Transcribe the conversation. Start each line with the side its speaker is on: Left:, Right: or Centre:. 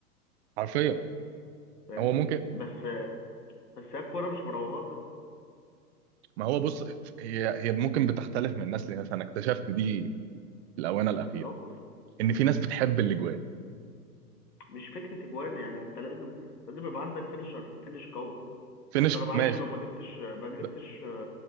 Right: حرفيا
Left: فاهمني
Right: هو ممكن
Left: بس بس هي الكوره مش مراوغات بس
Right: ما هو بص هي هي ممكن بتختلف من ناس لناس انا اكتشفت دي في الاونه الاخيره
Left: بالظبط
Right: ان في ناس بتحب الاجوان
Left: مش فكره اجوان يعني انت لازم لازم يبقى عندك فينشر فينش قوي
Right: في
Left: ما
Right: ناس
Left: انت لو معلش
Right: ماشي
Left: لو ما جبتش ما جبتش
Right: ب-